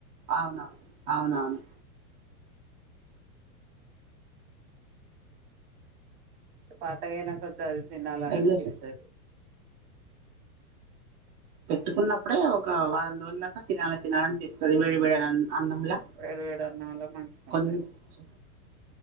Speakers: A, on the right (about 30°); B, on the right (about 45°).
A: అవునవును అవునవును
B: పాతగాఇన కొద్ది అది తినాల అనిపించదు
A: ఏం చేస్ పెట్టుకున్నప్పుడే ఒక వారం రోజుల దాకా తినాలి తినాలినిపిస్తుంది వేడి వేడి అన్నంలా
B: వేడి వేడి అన్నంలో మంచిగుంటది
A: కొంచెం